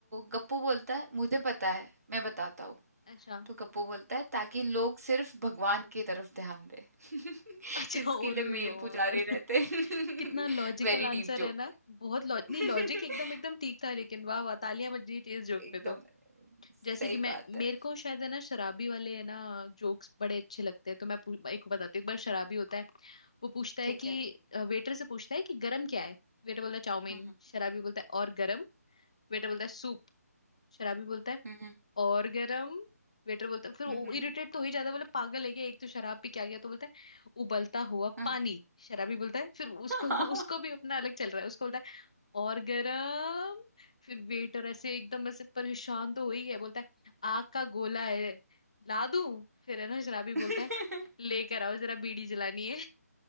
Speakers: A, on the right; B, on the left.
A: गप्पू बोलता है मुझे पता है मैं बताता हूँ
B: अच्छा
A: तो गप्पू बोलता है ताकि लोग सिर्फ भगवान की तरफ ध्यान दे <laughs>
B: अच्छा
A: इसके
B: और
A: लिए
B: यार
A: मेल पुजारी रहते <laughs>
B: कितना लॉजिकल
A: Very
B: आंसर
A: deep joke
B: है ना बहुत लॉ
A: <laughs>
B: नहीं लॉजिक एकदम एकदम ठीक था लेकिन वाह वाह तालियां बज रही थी इस जोक
A: एकदम
B: पे तो जैसे
A: सही
B: कि मैं
A: बात है
B: मेरे को शायद है ना शराबी वाले है ना जोक्स बड़े अच्छे लगते हैं तो मैं पू- एक को बताती हूँ एक बार शराबी होता है वो पूछता है
A: ठीक
B: कि
A: है
B: वेटर से पूछता है कि गरम क्या है वेटर बोलता है चाउमीन
A: हम्म
B: शराबी बोलता है और गरम वेटर बोलता है सूप शराबी बोलता है
A: हम्म हम्म
B: और गरम वेटर बोलता है फिर वो
A: हम्म
B: इरिटेट तो हो ही जाता है बोले पागल है क्या एक तो शराब पी के आ गया तो बोलता है उबलता हुआ
A: हम्म,
B: पानी शराबी बोलता है फिर उसको <laughs>
A: हाँ।
B: उसको भी अपना अलग चल रहा है उसको बोलता है और गरम फिर वेटर ऐसे एकदम ऐसे परेशान तो हो ही गया बोलता है आग का गोला है ला दूं फिर है ना शराबी बोलता
A: <laughs>
B: है लेकर आओ जरा बीड़ी जलानी है